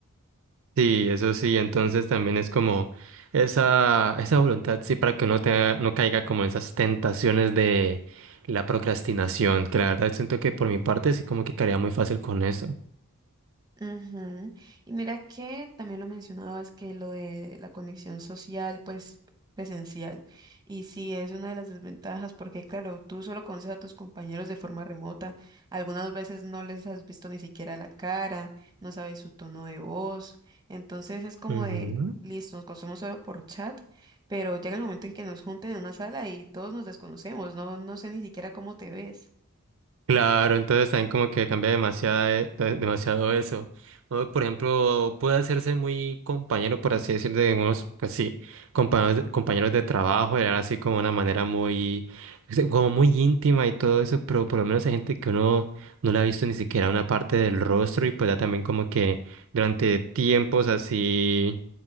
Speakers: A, on the right; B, on the right.
A: Sí, eso sí, entonces también es como esa, esa voluntad, sí, para que uno te- no caiga como en esas tentaciones de la procrastinación, que la verdad siento que por mi parte sí como que caería muy fácil con eso.
B: Ujú. Y mira que también lo mencionabas que lo de la conexión social, pues presencial. Y sí, es una de las desventajas porque, claro, tú solo conoces a tus compañeros de forma remota. Algunas veces no les has visto ni siquiera la cara, no sabes su tono de voz. Entonces es como
A: Ujú.
B: de, listo, nos conocemos solo por chat, pero llega el momento en que nos junten en una sala y todos nos desconocemos. No, no sé ni siquiera cómo te ves.
A: Claro, entonces también como que cambia demasiada, e- de- demasiado eso. O, por ejemplo, puede hacerse muy compañero, por así decirlo, de unos, pues sí, compañeros de, compañeros de trabajo, era así como una manera muy, sí, como muy íntima y todo eso, pero por lo menos hay gente que uno no le ha visto ni siquiera una parte del rostro y pues ya también como que durante tiempos así.